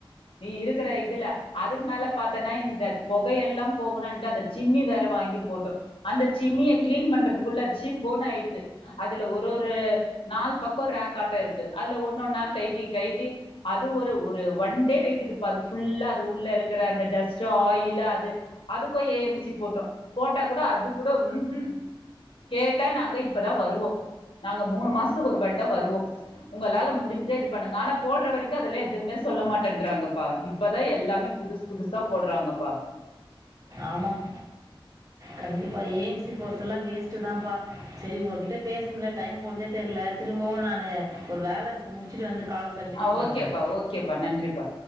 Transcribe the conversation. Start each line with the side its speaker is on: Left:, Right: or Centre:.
Left: நீ இருக்குற இதுல அதுக்கு மேல பாத்தனா இந்த பொகையல்லா போகனுன்ட்டு அந்த சிம்மி வேற வாங்கி போட்டோ அந்த சிம்மிய க்ளீன் பண்றதுக்குள்ள சீ போனு ஆய்டு அதுல ஒரு ஒரு நாளு பக்கோ ரேக்காட்டொ இருக்கு அதுல ஒன்னு ஒன்னா கய்ட்டி கய்ட்டி அது ஒரு ஒரு ஒன் டே வெக்கிதுப்பா அது ஃபுல்லா அது உள்ள இருக்குற அந்த டஸ்ட்டு ஆயிலு அதுக் அதுக்கு ஏ எம் சி போட்டோ போட்டாக் கூட அதுக் கூட ம்ஹூம் கேட்டா நாங்க இ ப்பதா வருவோ நாங்க மூணு மாசத்துக்கு ஒரு வாட்டி தா வருவோ உங்களால முடிஞ்சா இது பண்ணுங்க ஆனா போட்ற வரைக்கு அதுல எதுமே சொல்ல மாட்டேறாங்கப்பா இப்பதா எல்லாமே புதுசு புதுசா போட்றாங்கப்பா
Right: ஆமாம் கண்டிப்பா ஏ எம் சி போற்துல்லா வேஸ்ட்டு தாம்ப்பா செரி உங்கக்கிட்ட பேசுனதுல டைம் போன்தே தெர்ல திரும்பவு நானு ஒரு வேல இருக்கு முடிச்சிட்டு வந்து கால் கன்டினியூ
Left: ஆ ஓகேப்பா
Right: பண்ணுறேன்
Left: ஓகேப்பா நன்றிப்பா